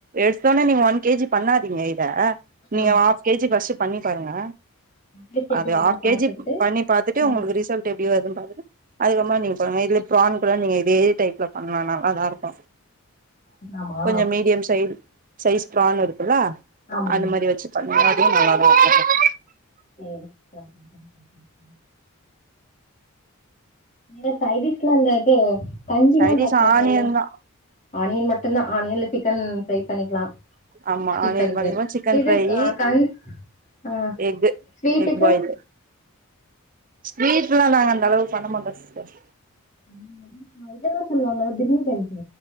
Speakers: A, on the right (about 40°); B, on the left (about 35°).
A: எடுத்தொட்னே நீங்க ஒன் கே ஜி பண்ணாதீங்க இத நீங்க
B: ஆமா
A: ஆஃப் கே ஜி ஃபர்ஸ்ட்டு பண்ணி பாருங்க
B: டேஸ்ட் எப்டி
A: அது
B: வருதுன்னு
A: ஆஃப்
B: பாத்துக்கிட்டு
A: கே ஜி பண்ணி பாத்துட்டு
B: ம்
A: உங்ளுக்கு ரிசல்ட் டு எப்டி வருதுன் பாத்துட்டு அதுக்கப்புறமா நீங்க பண்ணுங்க இதுல பிரான் கூட நீங்க இதே டைப் ல பண்லா நல்லாதா இருக்கு
B: ஆமா
A: கொஞ்சோ மீடியம் சைட் சைஸ் ப்ரான் இருக்குல்ல
B: ஆமா
A: அந்த மாரி வெச்சு பண்ணுங்க அதுவு நல்லாதா இருக்கு
B: சேரி பண்ற <inaudible> நீங்க சைடிஷ்லா இல்ல இந்த இது கஞ்சில்லா
A: சைடிஷ்
B: காய்ச்சுவாங்கல்ல
A: ஆனியன் தா
B: ஆனியன் மட் கன்ல ஆனியன்ல சிக்கன் ஃப்ரை பண்ணிக்லா
A: ஆமா
B: சிக்ஸ்டி
A: ஆனியன்
B: ஃபைவ்வு
A: பண்ணிக்குவோ சிக்கன்
B: இது
A: ஃப்ரையி
B: க கஞ் ஆ
A: எக்கு
B: ஸ்வீட்டுக்கு
A: எக் பாயிலு ஸ்வீட்லா நாங்க அந்த அளவுக்கு பண்ண மாட்டோ சிஸ்டர்
B: ஆ ஏதோ சொல்லுவாங்க பிர்ணி கஞ்சி